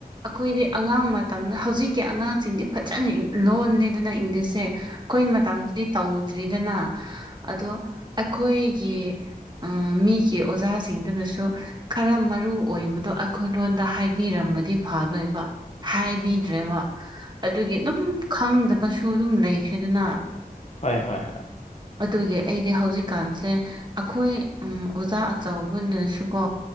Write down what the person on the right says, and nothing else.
ꯑꯈꯣꯏꯗꯤ ꯑꯉꯥꯡ ꯃꯇꯝꯗ ꯍꯧꯖꯤꯛꯀꯤ ꯑꯉꯥꯡꯁꯤꯡꯗꯤ ꯐꯖꯅ ꯏ ꯂꯣꯟ ꯑꯦꯗꯅ ꯏꯪꯂꯤꯁꯁꯦ ꯑꯈꯣꯏ ꯃꯇꯝꯗꯨꯗꯤ ꯇꯧꯗ꯭ꯔꯤꯗꯅ ꯑꯗꯣ ꯑꯩꯈꯣꯏꯒꯤ ꯎꯝ ꯃꯤꯒꯤ ꯑꯣꯖꯥꯁꯤꯡꯗꯨꯅꯁꯨ ꯈꯔ ꯃꯔꯨ ꯑꯣꯏꯕꯗꯣ ꯑꯈꯣꯏ ꯂꯣꯟꯗ ꯍꯥꯏꯕꯤꯔꯃꯗꯤ ꯐꯗꯣꯏꯕ ꯍꯥꯏꯕꯤꯗ꯭ꯔꯦꯕ ꯑꯗꯨꯒꯤ ꯑꯗꯨꯝ ꯈꯪꯗꯕꯁꯨ ꯑꯗꯨꯝ ꯂꯩꯈ꯭ꯔꯦꯗꯅ
ꯑꯗꯨꯒꯤ ꯑꯩꯗꯤ ꯍꯧꯖꯤꯛꯀꯥꯟꯁꯦ ꯑꯈꯣꯏ ꯎꯝ ꯑꯣꯖꯥ ꯑꯆꯧꯕꯅꯁꯨꯀꯣ